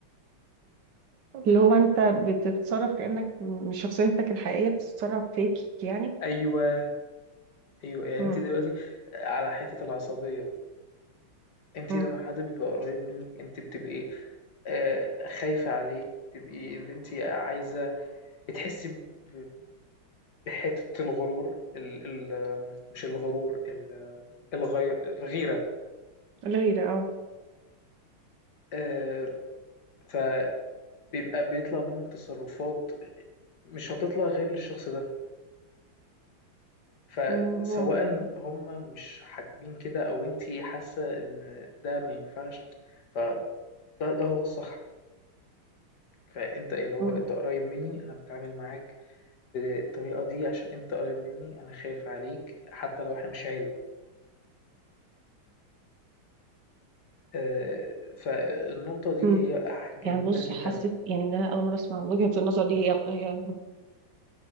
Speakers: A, on the right; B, on the left.
A: اللي هو انت بتتصرف كانك مش شخصيتك الحقيقيه بتتصرف فيك يعني
B: أيوه، أيوه، يعني
A: امم
B: أنتِ دلوقتي آه، على حتّة العصبية، أنتِ
A: امم
B: لمّا حد بيبقى قريّب منِّك أنتِ بتبقي آآ خايفة عليه، بتبقي اللي أنتِ عايزة بتحسّي ب بحتّة الغرور ال ال مش الغرور ال الغي الغيرة
A: غير اه
B: آآ، فبيبقى بيطلع منِّك تصرّفات مش هتطلع غير للشخص ده. فسواء
A: ممكن
B: هم مش حاكبين كده أو أنتِ حاسة إن ده ما ينفعش، فده ده هو الصح، فأنت ايه اللي هو
A: امم
B: أنت قريب منّي، أنا باتعامل معاك بالطريقة دي عشان أنت قريب منّي، أنا خايف عليك حتى لو إحنا مش عيلة، آآ فالنقطة دي
A: امم.
B: هي ح جميلة
A: يعني بص
B: جدًا،
A: حسيت يعني ده اول مره اسمع وجهه النظر دي هي هي م-